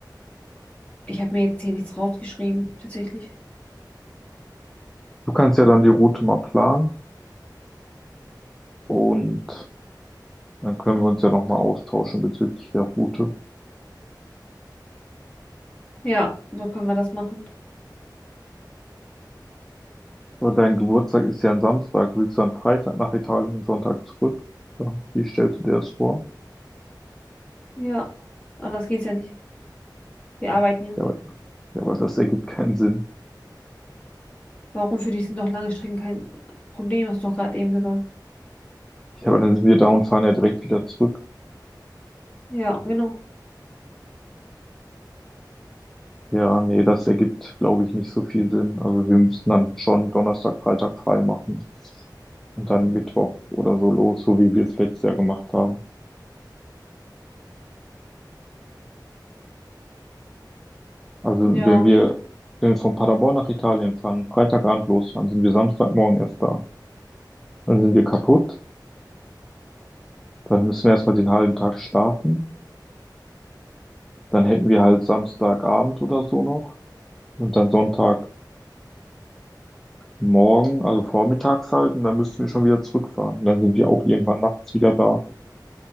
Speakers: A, on the left; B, in the centre.
A: Ich habe mir jetzt hier nichts rausgeschrieben, tatsächlich.
B: Du kannst ja dann die Route mal planen und Dann können wir uns ja nochmal austauschen bezüglich der Route.
A: Ja, so können wir das machen.
B: Aber dein Geburtstag ist ja ein Samstag. Willst du dann Freitag nach Italien und Sonntag zurück? Ja, wie stellst du dir das vor?
A: Ja, anders geht's ja nicht. Wir arbeiten ja.
B: Ja, aber, ja, aber das ergibt keinen Sinn.
A: Warum für dich sind doch lange Strecken kein Problem, hast du doch gerade eben gesagt.
B: Ja, aber dann sind wir da und fahren ja direkt wieder zurück.
A: Ja, genau.
B: Ja, nee, das ergibt, glaube ich, nicht so viel Sinn. Also wir müssten dann schon Donnerstag, Freitag frei machen und dann Mittwoch oder so los, so wie wir es letztes Jahr gemacht haben. Also
A: Ja.
B: wenn wir, wenn wir von Paderborn nach Italien fahren, Freitagabend losfahren, sind wir Samstagmorgen erst da. Dann sind wir kaputt Dann müssen wir erstmal den halben Tag schlafen. Dann hätten wir halt Samstagabend oder so noch. Und dann Sonntagmorgen, also vormittags halt. Und dann müssten wir schon wieder zurückfahren. Und dann sind wir auch irgendwann nachts wieder da.